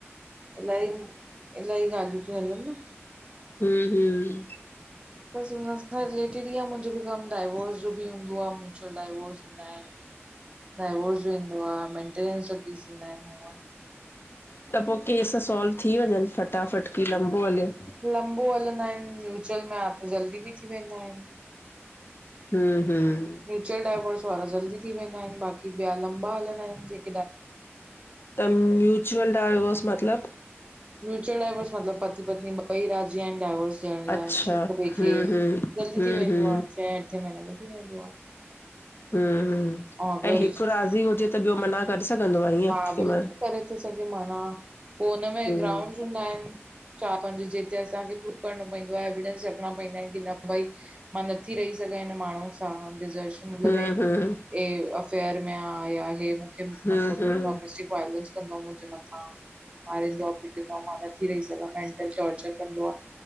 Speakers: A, on the right (about 25°); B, on the left (about 55°).
A: इलाही- इलाही ॻाल्हियूं थियूं हलनि न।
B: हम- हम
A: बस हुन सां रिलेटेड ई मुंजो बि कमु, डाईवोर्स जो बि हूंदो आ, म्यूचुअल डाइवोर्स हूंदा आहिन। डाइवोर्स जो ईंदो आ, ऐ मेनटेनेंस जा केस ईंदा आहिन मूं वट।
B: त पो केस सोल्व थी वंञनि फटाफट, कि लंबो हले?
A: लंबो हलंदा आहिन, म्युचल में आ त जल्दी बि थी वेंदा आहिन।
B: हम हम
A: म्यूचुअल डायवोर्स वारा जल्दी थी वेंदा आहिन, बाक़ी ॿिया लंबा हलंदा आहिन, के
B: त म्यूचुअल डायवोर्स मतलब
A: म्यूचुअल डाइवोर्स मतलब पति पत्नी ॿई राजी आहिन डाइवोर्स जे लाए। ॾियंण
B: अच्छा
A: लाइ हिकु ॿिए
B: हम्म
A: खे,
B: हम्म
A: जल्दी
B: हम्म
A: थी वेंदो
B: हम्म
A: आ, छैं अठे महीने में थी वेंदो आ।
B: हम्म,
A: अगरि
B: ऐं हिकु राज़ी हुजे त ॿियो मना करे सघंदो आ ईअं
A: हा
B: कंहिं
A: बिल्कुलु
B: मइल?
A: करे थो सघे मना, पो हुनमें
B: हम्म
A: ग्राउंड हूंदा आहिन, चार पंज जेके असांखे प करणो पइंदो आहे, एविडेंस रखणा पइंदा आहिन, कि न भई मां नथी रही सघां हिन माण्हू हा डिजरशन मतलब
B: हम्म
A: हे
B: हम्म
A: अफेयर में आ या हे डोमेस्टिक
B: हम्म हम्म हम्म
A: वाइलंस कंदोआ मुंजे मथा, मारिंदो आ पिटंदो आ। नदी रही सघां, मेंटल टॉर्चर कंदो आ,